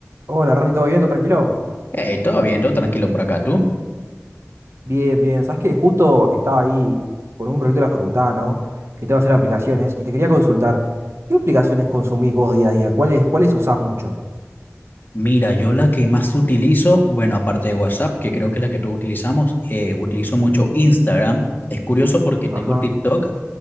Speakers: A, on the right; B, on the left.
A: Hola, Randy, ¿todo bien? ¿Todo tranquilo?
B: Hey, todo bien, todo tranquilo por acá, tú.
A: Bien, bien. Sabes que justo estaba ahí con un proyecto de la facultad, ¿no? Que te va a hacer aplicaciones y te quería consultar, ¿qué aplicaciones consumís vos día a día? ¿Cuáles, cuáles usás mucho?
B: Mira, yo la que más utilizo, bueno, aparte de WhatsApp, que creo que es la que todos utilizamos, eh, utilizo mucho Instagram. Es curioso porque tengo
A: Ajá.
B: TikTok,